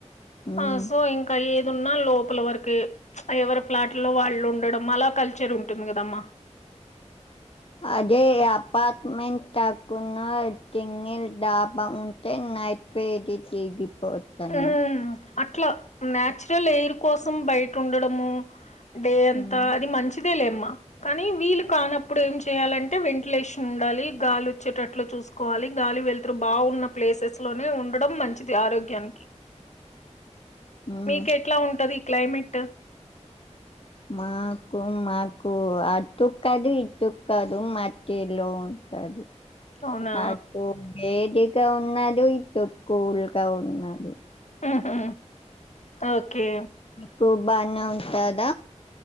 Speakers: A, on the left; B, on the left.
A: మ్మ్
B: ఆ సో ఇంకా ఏ వున్నా లోపల వరకే ఎవరి ఫ్లాట్ లో వాళ్ళు ఉండడం అలా కల్చర్ ఉంటుంది కదమ్మా
A: అదే అపార్ట్మెంట్ కాకుండా సింగిల్ డాబా ఉంటెన్ నైట్ వేదిగి పోతన్ని
B: హ్మ్ అట్లా నాచురల్ ఎయిర్ కోసం బయట ఉండడము డే అంతా
A: మ్మ్
B: అది మంచిది అంతే లేమ్మ కానీ వీళ్ళు కానప్పుడు ఏం చేయాలంటే వెంటిలేషన్ ఉండాలి గాలి వచ్చేటట్లు చూసుకోవాలి గాలి వెళ్తురు బాగున్న ప్లేసెస్ లోనే ఉండడం మంచిది ఆరోగ్యానికి
A: మ్మ్
B: మీకు ఎట్లా ఉంటది క్లైమెట్
A: మాకు మాకు అటు కాదు ఇటు కాదు మద్యలో ఉంటది
B: అవునా
A: అటు వేడి గా ఉండదు ఇటు కూల్ గా ఉండదు
B: ఓకే ఓకే
A: కువ బానే ఉంటదా